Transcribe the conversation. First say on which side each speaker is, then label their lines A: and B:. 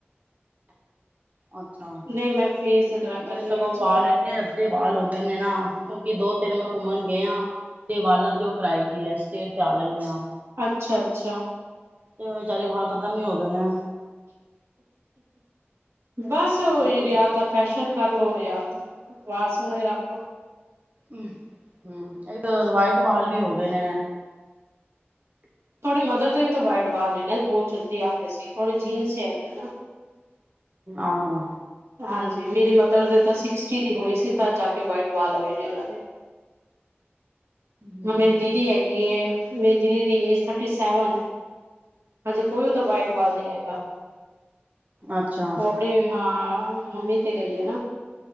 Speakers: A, on the right; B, on the right.
A: ਅੱਛਾ।
B: ਨ‌ਈ ਮੈਂ ਫੇਸ ਤਾਂ ਮੈਂ ਕਰਨੀ
A: ਮੇਰੇ ਸਗੋਂ
B: ਆ ਜੀ
A: ਵਾਲ ਐਨੇ ਅੱਧੇ ਵਾਲ ਹੋ ਗੇ ਨੇ ਨਾ ਕਿਉਂਕਿ ਦੋ-ਤਿੰਨ ਮੈਂ ਘੁੰਮਣ ਗੇ ਆ। ਤੇ ਵਾਲਾਂ ਤੇ ਓ ਕਰਾਏ ਦੀ ਐ ਸਟੇਟ ਕਰਾ ਲੈਣੇ ਆ।
B: ਅੱਛਾ-ਅੱਛਾ।
A: ਤੇ ਵਚਾਰੇ ਵਾਲ ਖ਼ਤਮ ਈ ਹੋ ਗਏ ਨੇ।
B: ਬਸ ਓਹੀ
A: ਅੱਧੇ
B: ਵ ਦਾ ਫੈਸ਼ਨ ਕਰ ਲਓ ਯਾ ਵਾਲ ਸੋਣੇ ਰੱਖ ਲੋ।
A: ਹੂੰ, ਇੱਕ ਤਾਂ ਵਾਈਟ ਵਾਲ ਵੀ ਹੋ ਗਏ ਨੇ।
B: ਤੁਹਾਡੀ ਮਦਰ ਦੇ ਵੀ ਤਾਂ ਵਾਈਟ ਵਾਲ ਨੇ ਨਾ ਬਹੁਤ ਜਲਦੀ ਆ ਗਏ ਸੀ, ਥੋੜੇ ਜੀਨਸ ਚੀ ਹੈਗੇ ਨਾ।
A: ਆਹੋ।
B: ਹਾਂਜੀ ਮੇਰੀ ਮਦਰ ਦੇ ਤਾਂ ਸੀਕਸਟੀ ਦੀ ਹੋਈ ਸੀ ਤਦ ਜਾ ਕੇ ਵਾਈਟ ਵਾਲ ਆਏ ਨੇ ਓਨਾਂ ਦੇ।
A: ਹੂੰ
B: ਹਾਂ ਮੇਰੀ ਦੀਦੀ ਹੈਗੀ ਏ, ਮੇਰੀ ਦੀਦੀ ਦੀ ਏਜ ਥਰਟੀ ਸੈਵਨ ਆ। ਹਜੇ ਕੋਈ ਓਦਾ ਵਾਈਟ ਵਾਲ ਨੀ ਹੈਗਾ,
A: ਅੱਛਾ
B: ਓ ਆਪ ਣੇ ਹਾਂ ਮੰਮੀ ਤੇ ਗਈ ਆ ਨਾ।